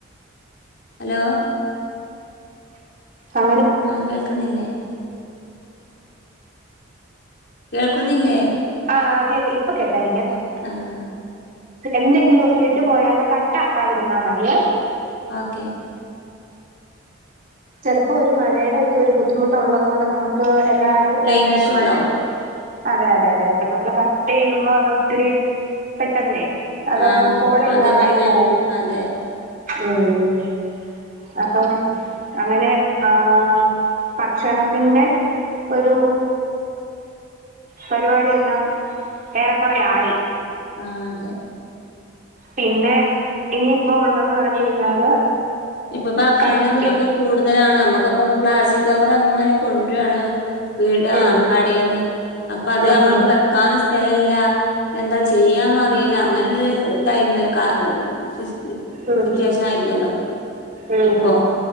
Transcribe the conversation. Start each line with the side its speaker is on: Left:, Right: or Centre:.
Left: ഹലോ
Right: അങ്ങനെ
Left: ആഹ് കേൾക്കുന്നില്ലേ കേൾക്കുന്നില്ലേ
Right: ആഹ് കേട്ടി ഇപ്പൊ കേക്കാ എനിക്ക്
Left: ആഹ്
Right: എന്തെങ്കിലും ഒന്ന് വിട്ടു പോയാലും കട്ടക്കാതെ ഇരുന്ന മതിയേ
Left: ഓക്കെ
Right: ചിലപ്പോ ഒരു മഴയുടെ ഒക്കെ ഒരു ബുദ്ധിമുട്ടള്ളത് കൊണ്ട് നമുക്ക് എല്ലായിടത്തും
Left: റേഞ്ച്
Right: തന്നെ
Left: ഇഷ്യൂ
Right: മഴേ
Left: ഉണ്ടാവും
Right: അതെ അതെ അതെ അപ്പൊ നമ്മള് കട്ട് ചെയ്യുമ്പോ അത് ഒത്തിരി പെട്ടെന്നേ അതങ്ങ്
Left: ആ
Right: പോൾ ഇല്ലാതായി
Left: അത് പിന്നെ
Right: പോകും
Left: അതെ
Right: ഉം അപ്പം അങ്ങനെ ആഹ് ഭക്ഷണത്തിന്റെ ഒരു പരിപാടിയെല്ലാം ഏറെക്കുറെ ആയി
Left: ആതെ
Right: പിന്നെ ഇനിയിപ്പോ ഉള്ളതന്ന് പറഞ്ഞു കഴിഞ്ഞാല്
Left: ഇപ്പൊ ഭക്ഷണത്തിന്റെ
Right: കഴിക്കും
Left: ഇതൊക്കെ കൂടുതലാണ് നമ്മുക്കപ്പ പ്ലാസ്റ്റിക് കവർ അങ്ങനെ കൊണ്ടുവയാണ് വീട് ആഹ്
Right: ഉം
Left: കടയിൽന്ന് അപ്പൊ അത്
Right: ഉം
Left: നമ്മൾക്ക് വെക്കാനും സ്ഥലല്ല എന്താ ചെയ്യാന്നും അറിയില്ല. അങ്ങനെ ഒരു ഇതായിരുന്നല്ലോ കാ സിസ് ത്
Right: ഉം
Left: സിറ്റുവേഷൻ ആയിരുന്നല്ലോ
Right: ഉം ഉം
Left: ഇപ്പൊ.